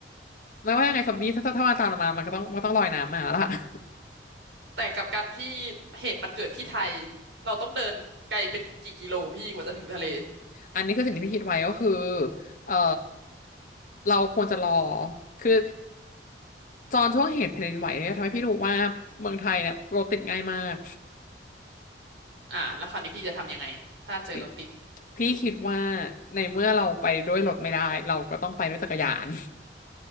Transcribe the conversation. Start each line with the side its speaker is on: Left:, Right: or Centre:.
Left: ไม่ว่ายังไงซอมบี้ถ้าถ้าถ้ามาตามเรามามันก็ต้องมันก็ต้องลอยน้ำมาละ <laughs>
Right: แต่กับการพี่เหตุมันเกิดที่ไทยเราต้องเดินไกลเป็นกี่กิโลพี่กว่าจะถึงทะเล
Left: อันนี้คือสิ่งที่พี่คิดไว้ก็คือเอ่อเราควรจะรอคือตอนช่วงเหตุแผ่นดินไหวเนี่ยทำให้พี่รู้ว่าเมืองไทยเนี่ยรถติดง่ายมาก
Right: อ่าแล้วคราวนี้พี่จะทำยังไงถ้าเจอรถติด
Left: พี่พี่คิดว่าในเมื่อเราไปด้วยรถไม่ได้เราก็ต้องไปด้วยจักรยาน